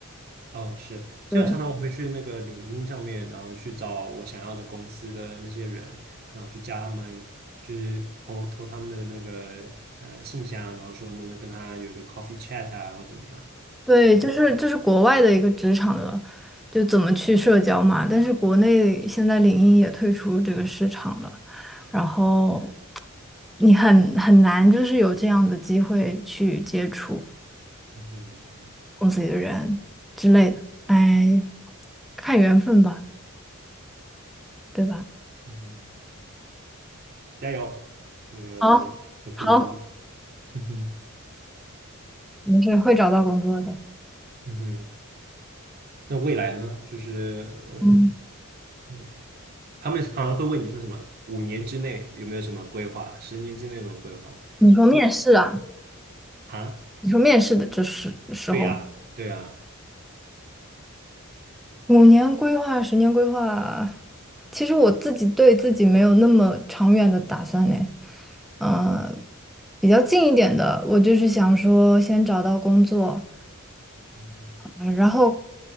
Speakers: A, on the right; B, in the centre.
A: 哦，是，现在常常我会去那个领英上面，
B: 对，
A: 然后去找我想要的公司的那些人，然后去加他们，就是投投他们的那个呃信箱，然后说能不能跟他有一个 coffee chat 啊，或怎么样？
B: 对，
A: 对，
B: 就是就是国外的一个职场的，就怎么去社交嘛。但是国内现在领英也退出这个市场了，然后你很很难就是有这样的机会去接触
A: 嗯哼嗯哼
B: 公司里的人之类的。哎，看缘分吧，对吧？
A: 嗯哼，加油，那个都都不容易，
B: 好，好，
A: 嗯哼
B: 没事，会找到工作的。
A: 嗯哼，那未来呢？就是呃，
B: 嗯，
A: 嗯他们常常会问你说什么？五年之内有没有什么规划？十年之内有没有规划？
B: 你说面试啊？
A: 啊，
B: 你说面试的这时时候。
A: 对呀，对呀。
B: 五年规划、十年规划，其实我自己对自己没有那么长远的打算嘞。呃，比较近一点的，我就是想说先找到工作，
A: 嗯
B: 嗯然后